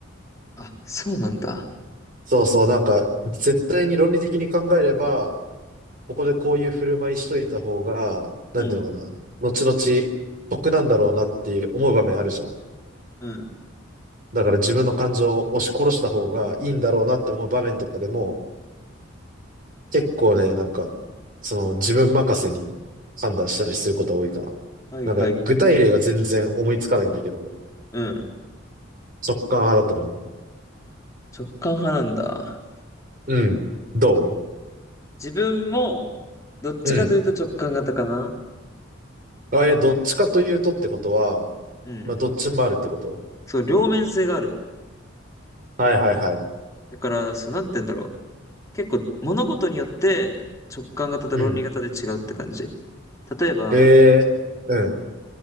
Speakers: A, on the left; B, on the right.
A: あ、そうなんだ。
B: そうそう、なんか、絶対に論理的に考えれば、ここでこういう振る舞いしといた方が、
A: うん。
B: なんていうのかな、後々、得なんだろうなって思う場面あるじゃん。
A: うん。
B: だから自分の感情を押し殺した方がいいんだろうなって思う場面とかでも、結構ね、なんか、その自分任せに判断したりすることが多いかな。
A: はいはいはい。
B: なんか、具体例が全然思いつかないんだけど、
A: うん。
B: 直感派だと思
A: 直感派なんだ。
B: う。うん。ど
A: 自分も、どっちかというと直感型かな。
B: ううん。あれ、どっちかというとってことは、
A: うん。
B: まあ、どっちもあるってこと
A: そう、両面性がある。
B: はいはいはい。
A: だから、そう、なんて言うんだろう。結構、物事によって直感型と論理型で違うって感じ。
B: うん。
A: 例えば、
B: へえ、うん。